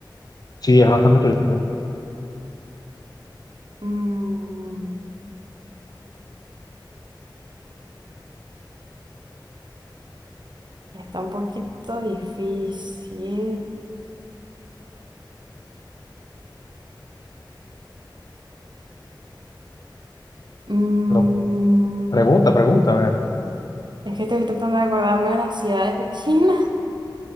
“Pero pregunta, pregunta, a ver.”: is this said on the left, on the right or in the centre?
Left